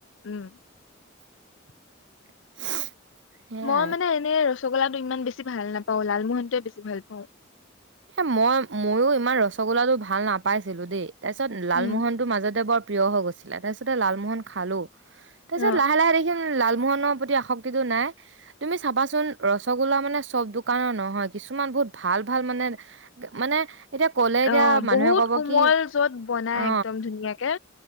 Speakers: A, on the left; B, on the right.
A: উম''
B: <unintelligible> সেয়াই
A: মই মানে এনে ৰছো চগলাটো ইমান বেছি ভাল নাপাওঁ, লালমোহনটোৱে বেছি ভাল পাওঁ।
B: এ মই ময়ো ইমান ৰসগোল্লাটো ভাল নাপাইছিলো দেই! তাৰ পিছত লালমোহন
A: উম
B: টো মাজতে বৰ প্ৰিয় হৈ গৈছিলে। তাৰ ছত- টা লালমোহন খালো। তাৰ
A: অ
B: পিছত লাহে লাহে দেখিলোঁ লালমোহনৰ প্ৰতি আসক্তিটো নাই। তুমি চাবাচোন ৰসগুল্লা মানে চব দোকানৰ নহয়, কিছুমান বহুত ভাল ভাল মানে মানে এতিয়া ক'লে এতিয়া
A: অ
B: মানুহে
A: বহুত
B: কব
A: কোমল,
B: কি
A: য'ত বনাই
B: অ
A: একদম ধুনীয়াকে।